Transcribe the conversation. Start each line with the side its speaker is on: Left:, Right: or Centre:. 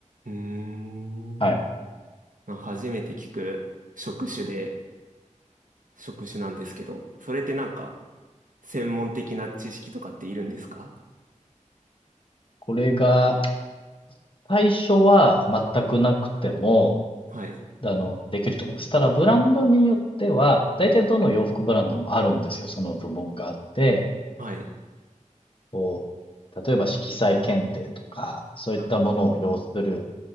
Right: うん。
Left: はい。
Right: うーん。まあ初めて聞く職種で、職種なんですけど、それってなんか、専門的な知識とかっているんですか
Left: これが、最初は全くなくても、
Right: はい。
Left: あの、できると思います。ただ、ブランドによっては、大体どの洋服ブランドもあるんですよ。その部門があって、
Right: はい。
Left: こう、例えば色彩検定とか、そういったものを要する
Right: あー